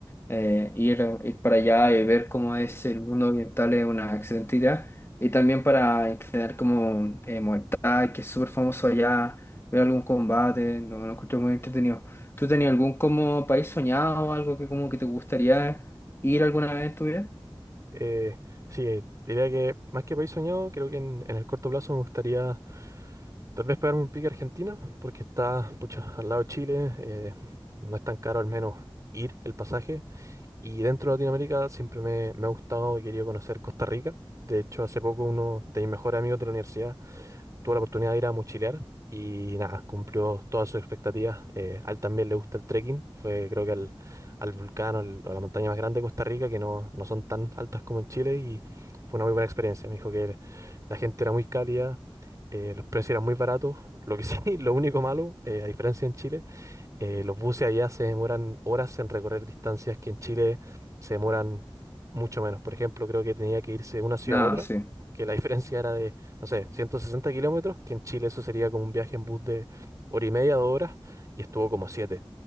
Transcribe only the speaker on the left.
eh, ir, ir para allá y ver cómo es el mundo oriental es una excelente idea. Y también para entrenar como eh, Muay Thai, que es súper famoso allá, ver algún combate, no, lo encuentro muy entretenido. ¿Tú tenías algún como país soñado o algo que como que te gustaría ir alguna vez en tu vida?
Nada,
sí.